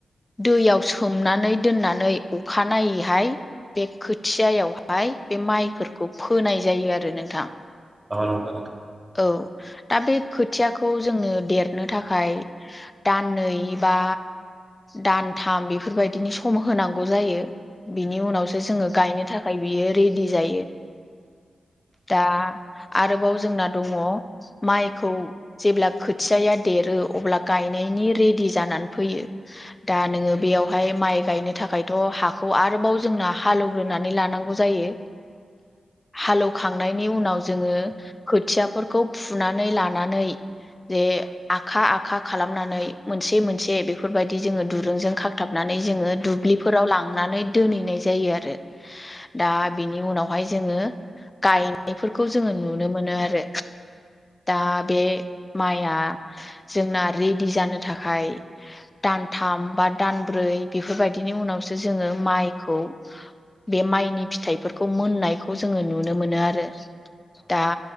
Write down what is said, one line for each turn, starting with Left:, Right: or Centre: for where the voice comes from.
Left: दैयाव सोमनानै दोननानै अखानायै हाय बे खोथियायावहाय बे माइफोरखौ फोनाय जायो आरो नोंथां
Right: ओ नंगौ नोंथां
Left: औ दा बे खोथियाखौ जोंनो देरनो थाखाय दाननै बा दानथाम बेफोरबायदिनि सम होनांगौ जायो। बिनि उनावसो जोङो गायनो थाखाय बियो रेदि जायो। दा आरोबाव जोंना दङ माइखौ जेब्ला खोथियाआ देरो अब्ला गायनायनि रेडि जानानै फैयो दा नोङो बेयावहाय माइ गायनो थाखायथ' हा खौ आरोबाव जोंना हालौवग्रोनानै लानांगौ जायो हालौवखांनायनि उनाव जोङो खोथियाफोरखौ फुनानै लानानै जे आखा आखा खालामनानै मोनसे मोनसे जे बेफोरबायदि जोङो दुरुंजों खाखथाबनानै जोङो दुब्लिफोराव लाङ नानै दोनहैनाय जायो आरो दा बिनि उनावहाय जोङो गायनायफोरखौ जोङो नुनो मोनो आरो दा बे माया जोंना रेडि जानो थाखाय दानथाम बा दानब्रै बेफोरबायदिनि उनावसो जोङो माइखौ बे माइनि फिथाइफोरखौ मोननायखौ जोङो नुनो मोनो आरो दा